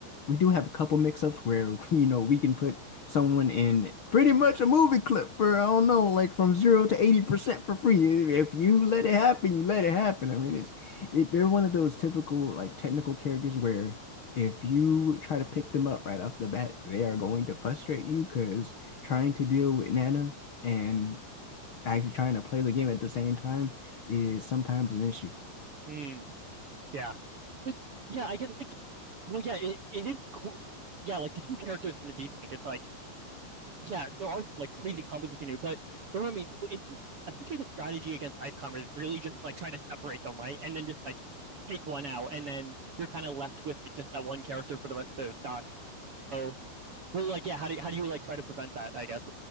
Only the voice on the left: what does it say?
we do have a couple mix-ups where <laughs> you know we can put someone in pretty much a movie clip for I don't know like from zero to 80% for free if you let it happen you let it happen I mean it's it, they're one of those typical like technical characters where if you try to pick them up right off the bat they are going to frustrate you because trying to deal with Nana and actually trying to play the game at the same time is sometimes an issue